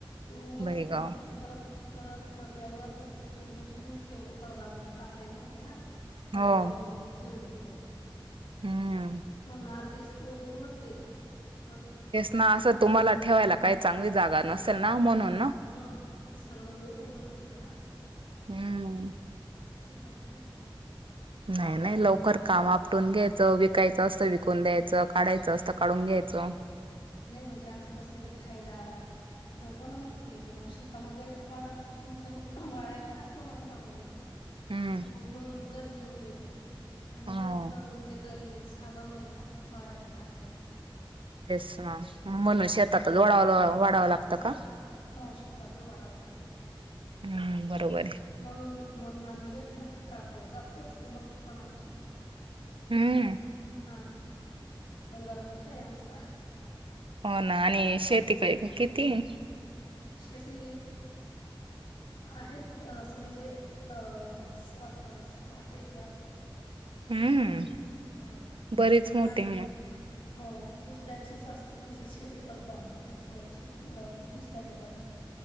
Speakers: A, on the left; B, on the right.
A: ते उगत
B: बहीगाव
A: होते मग ते परत परत कडब्यावर ते उचलून उचलून ठेवलं, कडबा म्हणजे कापलेला होत ना.
B: हो
A: त्यावरन मग ठेवलं होत
B: हम्म
A: पण आर त उगुनच गेले परत
B: तेच ना असं तुम्हांला ठेवायला काही चांगली जागा नसेल ना म्हणून
A: मग ते सगळं ओ-ओलच होतं होत ना.
B: हम्म
A: शेतामध्ये.
B: नाही नाही लवकर काम आपटून घ्यायचं, विकायचं असतं विकून द्यायचं, काढायचं असतं काढून घ्यायचं.
A: नाही म्हणजे आम्ही कस आहे खायला ठेवतो ना मग कि मग शेतामध्ये वाळत म्हणजे वाळायला टाकतो ना उन्हामध्ये.
B: हम्म
A: त मग मंग घरी घेऊन येत आणि
B: हो
A: इथं म्हणजे घरी साधन नाही ना वाळायला टाकायला.
B: तेस ना म्हणून
A: हो
B: शेतात लोळाव लोळाव वाडावं लागतं
A: हा
B: का?
A: हो शेतातल वाडाव लागत.
B: हम्म बरोबर आहे
A: म्हणून, म्हणून आम्ही लेट मक्की काढतो. जास्त असते मक्की पण आमची हां
B: हम्म
A: परिवार मोठा आहे आमचा.
B: हो ना आणि शेती काय किती आहे?
A: शेती आहेत असं म्हणजे अ सात सात, आठ एकर
B: हम्म
A: हम्म
B: बरीच
A: पण
B: मोठे मग.
A: <inaudible> हो दुसऱ्यांची जास्त म्हणजे शेती करतो आम्ही दुसऱ्यांची, दुसऱ्या लोकांची.